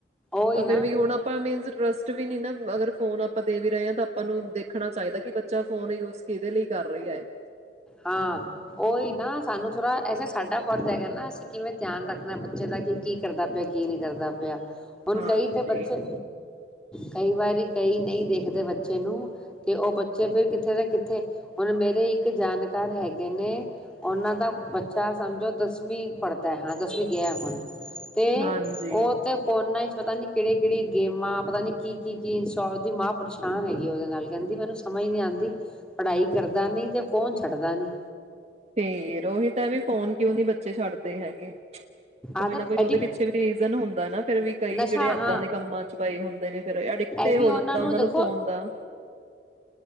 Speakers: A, in the centre; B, on the right.
A: ਉਹੀ
B: ਤਾਂ
A: ਨਾ
B: ਫੇਰ ਵੀ ਹੁਣ ਆਪਾਂ ਮੀਨਸ ਟਰਸਟ ਵੀ ਨੀ ਨਾ ਅਗਰ ਫੋਨ ਆ ਆਪਾਂ ਦੇ ਵੀ ਰਹੇ ਹਾਂ ਤਾਂ ਆਪਾਂ ਨੂੰ ਦੇਖਣਾ ਚਾਹੀਦਾ, ਕਿ ਬੱਚ ਬੱਚਾ ਫੋਨ ਯੂਜ ਕਿਦੇ ਲਈ, ਕਰ ਰਹੀ ਐ।
A: ਹਾਂ ਉਹੀ ਨਾ ਸਾਨੂੰ ਥੋੜਾ ਐਸੇ ਸਾਡਾ, ਹੋਰ ਤੇ ਕਰ ਨਾ ਅਸੀਂ ਕਿਵੇਂ ਧਿਆਨ ਰੱਖਣਾ ਬੱਚੇ ਦਾ ਕਿ ਕੀ ਕਰਦਾ ਪਿਆ ਕੀ ਨਹੀਂ ਕਰਦਾ ਪਿਆ। ਹੁਣ
B: ਹਾਂਜੀ
A: ਕਈ ਤਾਂ ਬੱਚੇ, ਕਈ ਵਾਰੀ ਕਈ ਨਹੀਂ ਦੇਖਦੇ ਬੱਚੇ ਨੂੰ ਤੇ ਉਹ ਬੱਚੇ ਫਿਰ ਕਿੱਥੇ ਦਾ ਕਿੱਥੇ ਹੁਣ ਮੇਰੇ ਇੱਕ ਜਾਨ ਕਾਰ ਹੈਗੇ, ਨੇ ਉਹਨਾਂ ਦਾ ਬੱਚਾ ਸਮਝੋ ਦਸਵੀਂ ਪੜ੍ਹਦਾ ਹਾਂ ਦਸਵੀਂ ਗਿਆ ਹੁਣ ਤੇ
B: ਹਾਂਜੀ
A: ਉਹ ਤੇ ਫੋਨਾ ਚ ਪਤਾ ਨੀ ਕਿਹੜੀਆ-ਕਿਹੜੀਆਂ ਗੇਮਾਂ ਪਤਾ ਨੀ ਕੀ-ਕੀ-ਕੀ ਇਨਸਟੋਲ ਮਾਂ ਪਰੇਸ਼ਾਨ ਹੈਗੀ, ਉਹਦੇ ਨਾਲ ਕਹਿੰਦੀ ਮੈਨੂੰ ਸਮਝ ਨੀ ਆਦੀ ਪੜ੍ਹਾਈ ਕਰਦਾ ਨੀ ਤੇ ਫੋਨ ਛੱਡਦਾ ਨੀ,
B: ਫੇਰ ਔਹੀ ਤਾਂ ਇਹ ਵੀ ਫੋਨ ਕਿਉਂ ਨੀ ਬ ਬੱਚੇ ਛੱਡਦੇ ਹੈਗੇ। ਕੋਈ
A: ਆਦਤ
B: ਨਾ ਕੋਈ
A: ਐਡਿਕਟ
B: ਉਹਦੇ ਪਿੱਛੇ ਵੀ ਰੀਜਨ ਹੁੰਦਾ ਨਾ ਫਿਰ ਵੀ ਕਈ
A: ਨਸ਼ਾ
B: ਜਿੜੇ
A: ਹਾਂ
B: ਦਾਂ ਦੇ ਕੰਮਾਂ ਚ ਪਏ ਹੁੰਦੇ, ਨੇ ਫਿਰ ਅਡਿਕਟ
A: ਇਹ ਵੀ
B: ਹੋ ਜਾਂਦਾ ਉਹਨਾਂ
A: ਦੇਖੋ
B: ਨੂੰ ਫੋਨ ਦਾ'